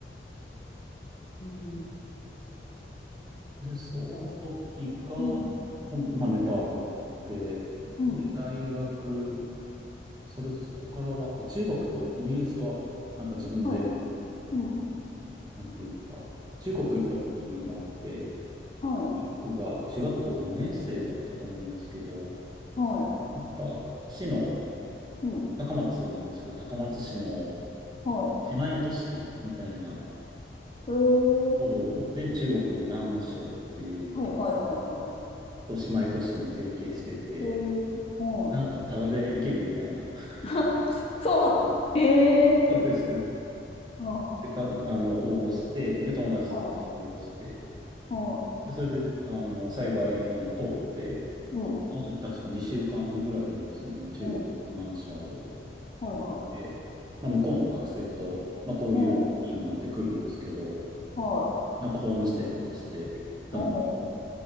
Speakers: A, on the left; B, on the right.
A: うん。
B: で、その時が、
A: そう。うん。
B: ほん、まあ、ネパール行って、で、
A: うん。
B: 大学、それ、そこからは、あ中国とイギリスは、なんか自分で
A: はい。うん。
B: なんていうか、中国行った時もあって、
A: はい。
B: 僕が中学校2年生だったと思うんですけど、
A: はい。
B: なんか、市の、
A: うん。
B: あ高松なんですけど、高松市の
A: はい。
B: 姉妹都市みたいなと
A: えー。
B: ころで、中国の南昌っていうとこ
A: はいはいはいはい。
B: と姉妹都市の提携してて、
A: えー。はい。
B: なんか、タダで行けるみたいな。<laughs>
A: <laughs> そそうなのえ
B: そうですね。
A: ー。あ、は
B: で、た、あの、応募して、で、友達と一緒に応募して、
A: い。は
B: で、それで、あの、幸い、
A: い。
B: あの、通って、
A: うん。
B: その時確か2週間ぐらいですね、中国の南沙を、
A: うん。はいはい。
B: でまあ、向こうの学生と、まあ、交流にはなってくるんですけど、
A: うん。はい。
B: なんかホームステイとかして行ったのは
A: う